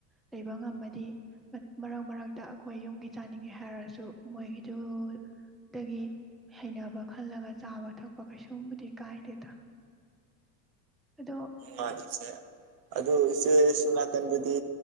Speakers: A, in the centre; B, on the right.
A: ꯂꯩꯕ ꯉꯝꯃꯗꯤ ꯃꯠ ꯃꯔꯛ ꯃꯔꯛꯇ ꯑꯩꯈꯣꯏ ꯌꯨꯝꯒꯤ ꯆꯥꯅꯤꯡꯉꯦ ꯍꯥꯏꯔꯁꯨ ꯃꯣꯏꯒꯤꯗꯨ ꯗꯒꯤ ꯍꯩꯅꯕ ꯈꯜꯂꯒ ꯆꯥꯕ ꯊꯛꯄ ꯀꯩꯁꯨꯝꯕꯨꯗꯤ ꯀꯥꯏꯗꯦꯗ ꯑꯗꯣ
B: ꯃꯅꯤꯁꯦ ꯑꯗꯣ ꯏꯆꯦ ꯇꯨꯝ ꯅꯥꯀꯟꯗꯗꯤ